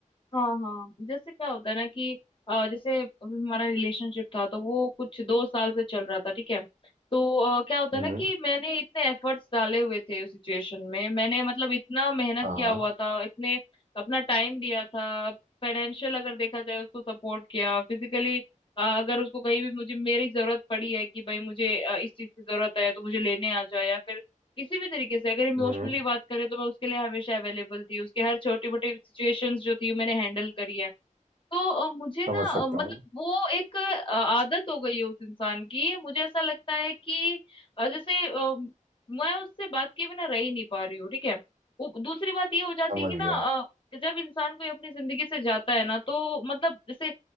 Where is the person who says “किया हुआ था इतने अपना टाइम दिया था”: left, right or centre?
Left